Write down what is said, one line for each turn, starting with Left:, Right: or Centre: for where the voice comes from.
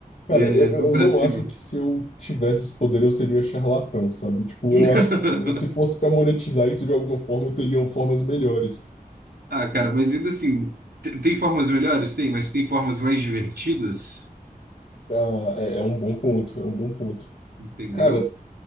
Left: Cara,
Right: <laughs> é,
Left: eu, eu eu
Right: pra
Left: não
Right: cima.
Left: acho que se eu tivesse esse poder eu seria charlatão, sabe? Tipo,
Right: <laughs>
Left: eu acho que se fosse para monetizar isso de alguma forma, eu teria formas melhores.
Right: Ah, cara, mas ainda assim, te- tem formas melhores? Tem, mas tem formas mais divertidas,
Left: Ah, é é um bom ponto, é um bom ponto.
Right: entendeu?
Left: Cara,